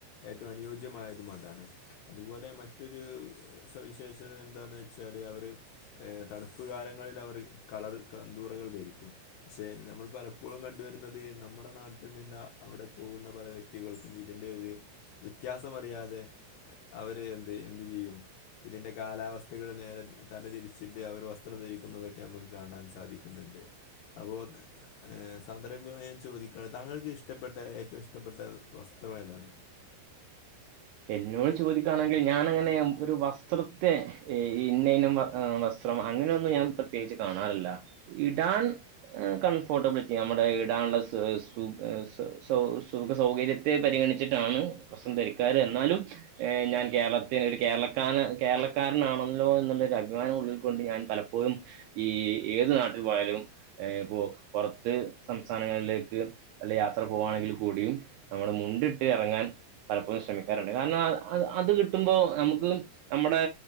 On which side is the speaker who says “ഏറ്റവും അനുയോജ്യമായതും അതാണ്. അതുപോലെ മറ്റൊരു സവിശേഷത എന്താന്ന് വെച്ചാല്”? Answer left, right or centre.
Left